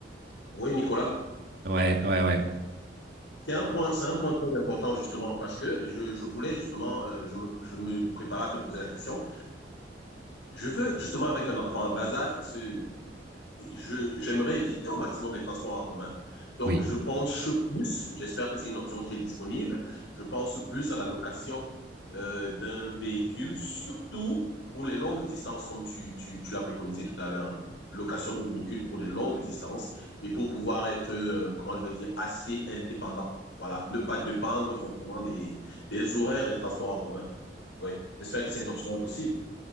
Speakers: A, on the left (about 80°); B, on the right (about 55°).
A: Oui, Nicolas.
B: Ouais, ouais, ouais,
A: C'est un point, c'est un point très important justement parce que je, je voulais justement, euh, je me, je me préparais à te poser la question. Je veux justement avec un enfant en bas âge parce que Je j'aimerais éviter au maximum les transports en commun. Donc,
B: oui.
A: je pense plus, j'espère que c'est une option qui est disponible, je pense plus à la location euh, d'un véhicule, surtout pour les longues distances, comme tu, tu, tu l'as préconisé tout à l'heure, location de véhicules pour des longues distances et pour pouvoir être, euh, comment je vais dire, assez indépendant. Voilà, ne pas dépendre forcément des, des horaires des transports en commun. Oui, j'espère que cette option est possible.